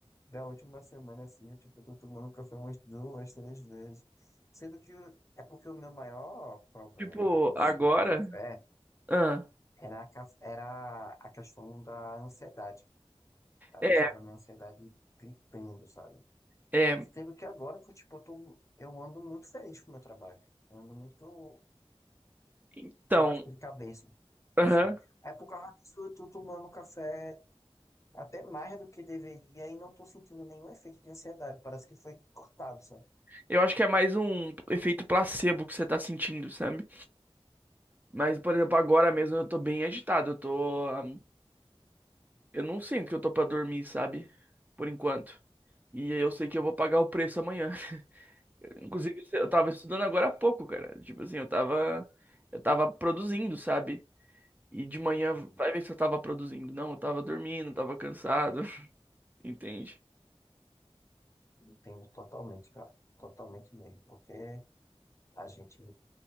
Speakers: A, on the left; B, on the right.
A: da última semana, assim, eu tipo, tô tomando café umas duas, três vezes. Sendo que o- é porque o meu maior problema
B: Tipo,
A: em
B: agora,
A: si do café
B: ah,
A: era a, ca- era a questão da ansiedade. Ela
B: é,
A: deixava a minha ansiedade gritando, sabe?
B: é,
A: Sendo que agora que tipo, eu tô, eu ando muito feliz com o meu trabalho. Eu ando muito.
B: então,
A: sabe? Tipo, de cabeça,
B: aham.
A: assim. Aí por causa disso eu tô tomando café até mais do que deveria e não tô sentindo nenhum efeito de ansiedade. Parece que foi cortado, sabe?
B: Eu acho que é mais um efeito placebo que você tá sentindo, sabe? Mas, por exemplo, agora mesmo eu tô bem agitado. Eu tô. ah, Eu não sinto que eu tô pra dormir, sabe? Por enquanto. E eu sei que eu vou pagar o preço amanhã. <laughs> Inclusive, eu tava estudando agora há pouco, cara. Tipo assim, eu tava. Eu tava produzindo, sabe? E de manhã,
A: Hum.
B: vai ver se eu tava produzindo. Não, eu tava dormindo, eu tava cansado. <laughs> Entende?
A: Entendo totalmente, cara. Totalmente mesmo. Porque a gente